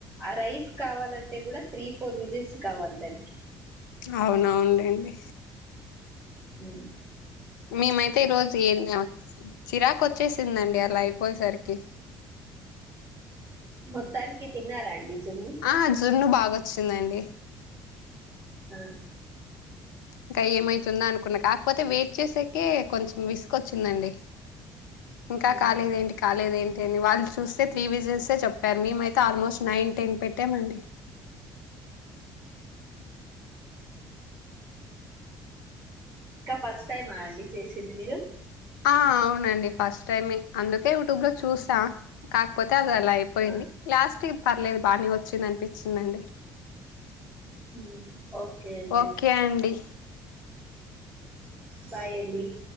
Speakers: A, on the right; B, on the left.
A: ఆ రైస్ కావాలంటే కూడా త్రీ ఫోర్ విజెస్ కావాలి దానికి
B: అవునవునులేండి
A: ఉ
B: మేమైతే ఈ రోజు ఎగినం చిరాకు వచ్చేసిందండి
A: ఆ
B: అలా అయిపోయేసరికి
A: మొత్తానికి తిన్నారా అండి జున్ను
B: ఆ జున్ను బాగోచ్చిందండి
A: ఆ
B: ఇంకా ఏమైతుందా అనుకున్నా కాకపోతే వెయిట్ చేసేకే కొంచెం విసుకోచ్చిందండి ఇంకా
A: ఊహూ.
B: కాలేదేంటి కాలేదు ఏంటి అని వాళ్ళు చూస్తే త్రీ విజిల్సే చెప్పారు మేమైతే ఆల్మోస్ట్ నైన్ టెన్ పెట్టామండి
A: ఇంకా ఫస్ట్ టైమా అండి చేసింది మీరు
B: ఆ అవునండి ఫస్ట్ టైమే అందుకే యూట్యూబ్ లో చూసా కాకపోతే అది అలా అయిపోయింది
A: ఆ
B: లాస్ట్కి పర్లేదు బానే వచ్చింది అనిపించిందండి
A: హ్మ్ ఓకే అండి
B: ఓకే అండి
A: బాయండి